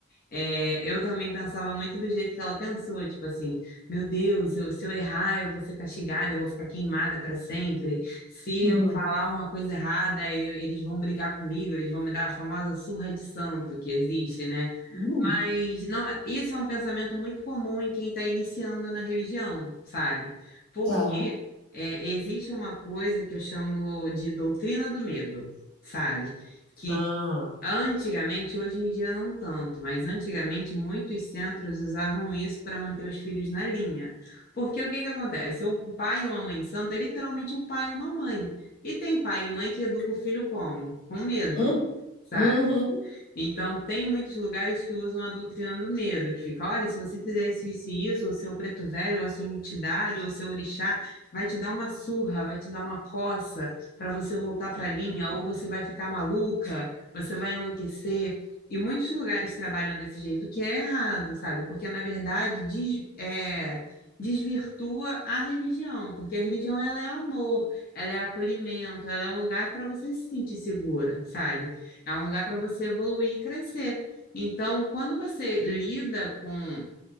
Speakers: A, on the left; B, on the left.
A: é, eu também pensava muito do jeito que ela pensou, tipo assim, meu Deus, eu- se eu errar, eu vou ser castigada, eu vou ficar queimada para sempre. Se
B: Uhum.
A: eu falar uma coisa errada, eu- eles vão brigar comigo, eles vão me dar a famosa surra de santo que existe, né?
B: Hum,
A: Mas não, é- isso é um pensamento muito comum em quem está iniciando na religião, sabe? Porque
B: tá.
A: é, existe uma coisa que eu chamo de doutrina do medo, sabe? Que
B: Ah.
A: antigamente, hoje em dia não tanto, mas antigamente muitos centros usavam isso para manter os filhos na linha. Porque o que que acontece? O pai ou uma mãe santa é literalmente um pai e uma mãe. E tem pai e mãe que educa o filho como? Com medo.
B: Hum,
A: sabe?
B: uhum.
A: Então, tem muitos lugares que usam a doutrina do medo, que fica, olha, se você fizer isso, isso e isso, o seu preto velho, a sua entidade, ou o seu orixá, vai te dar uma surra, vai te dar uma coça para você voltar para a linha, ou você vai ficar maluca, você vai enlouquecer. E muitos lugares trabalham desse jeito, que é errado, sabe? Porque, na verdade, diz, é, desvirtua a religião, porque a religião ela é amor, ela é acolhimento, ela é um lugar para você se sentir segura, sabe? É um lugar para você evoluir e crescer. Então, quando você lida com